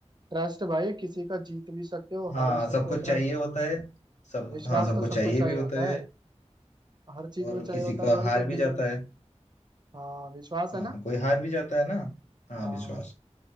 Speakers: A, on the right; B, on the left.
A: ट्रस्ट भाई किसी का जीत भी सकते हो
B: हाँ
A: हार भी सकते
B: सबको
A: हो ट्रस्ट
B: चाहिए होता है सब
A: विश्वास
B: हाँ सबको
A: तो सबको
B: चाहिए
A: चाहिए
B: भी
A: होता
B: होता है
A: है हर चीज
B: और
A: में चाहिए
B: किसी
A: होता
B: का
A: है भाई
B: हार
A: कोई
B: भी
A: बिजनेस
B: जाता है
A: हाँ विश्वास
B: हाँ
A: है ना
B: कोई हार भी जाता है ना हाँ
A: हाँ
B: विश्वास